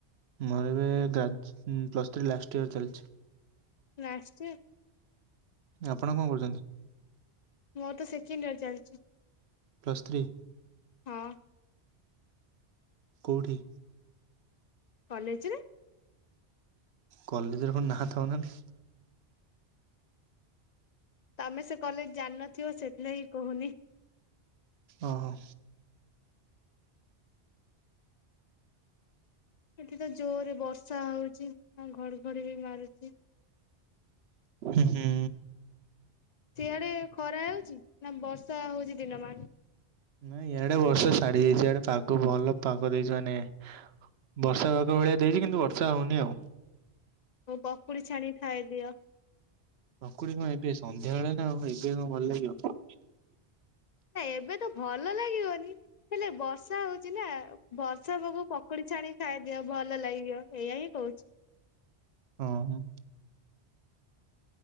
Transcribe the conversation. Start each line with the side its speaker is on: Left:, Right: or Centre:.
Right: ମୋର ଏବେ ଗ୍ରାଜୁ, ପ୍ଲସ୍ ଥ୍ରୀ ଲାଷ୍ଟ ଇୟର ଚାଲିଚି।
Left: ଲାଷ୍ଟୟର।
Right: ଆପଣ କଣ କରୁଚନ୍ତି?
Left: ମୋର ତ ସେକେଣ୍ଡ ଇୟର ଚାଲିଚି,
Right: ପ୍ଲସ୍ ଥ୍ରୀ
Left: ହଁ।
Right: କୋଉଠି?
Left: କଲେଜରେ।
Right: କଲେଜର କଣ ନା ଥବ ନା ନାଇଁ?
Left: ତମେ ସେ କଲେଜ ଜାଣି ନଥିବ, ସେଥିଲାଗି କହୁନି।
Right: ଓ ହୋ।
Left: ଏଠି ତ ଜୋର ରେ ବର୍ଷା ହଉଚି, ଆଉ ଘଡଘଡି ବି ମାରୁଚି।
Right: ହୁଁ ହୁଁ।
Left: ସିଆଡେ ଖରା ହେଉଚି, ନା ବର୍ଷା ହଉଛି ଦିନମାନ
Right: ନାଇଁ ଇଆଡେ ବର୍ଷ ସାଡି ଯାଇଚି, ଆଡେ ପାଗ ଭଲ ପାଗ ଦେଇଚି, ମାନେ ବର୍ଷା ପାଗ ଭଳିଆ ଦେଇଚି କିନ୍ତୁ ବର୍ଷା ହଉନି ଆଉ।
Left: ହଁ, ପକୁଡି ଛାଣି ଖାଇଦିଅ।
Right: ପକୁଡି କଣ ଏବେ ସନ୍ଧ୍ୟା ବେଳେ ନା, ଆଉ ଏବେ କଣ ଭଲ ଲାଗିବ?
Left: ନା, ଏବେ ତ ଭଲ ଲାଗିବନି ହେଲେ ବର୍ଷା ହଉଚି ନା, ବର୍ଷା ପାଗକୁ ପକୁଡି ଛାଣି ଖାଇଦିଅ, ଭଲ ଲାଗିବ, ଏଇୟା ହିଁ କହୁଚି।
Right: ହଁ ହଁ।